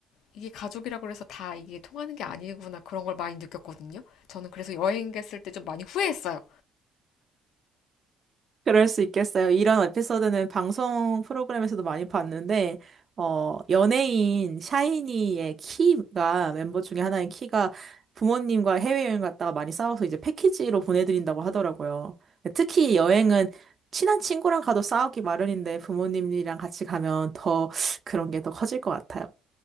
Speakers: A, on the left; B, on the right.
A: 이게 가족이라고 해서 다 이게 통하는 게 아니구나. 그런 걸 많이 느꼈거든요. 저는 그래서 여행 갔을 때 좀 많이 후회했어요.
B: 그럴 수 있겠어요. 이런 에피소드는 방송 프로그램에서도 많이 봤는데 어, 연예인 샤이니의 키가 멤버 중에 하나인 키가 부모님과 해외여행 갔다가 많이 싸워서 이제 패키지로 보내드린다고 하더라고요. 특히 여행은 친한 친구랑 가도 싸우기 마련인데 부모님이랑 같이 가면 더 그런 게 더 커질 것 같아요.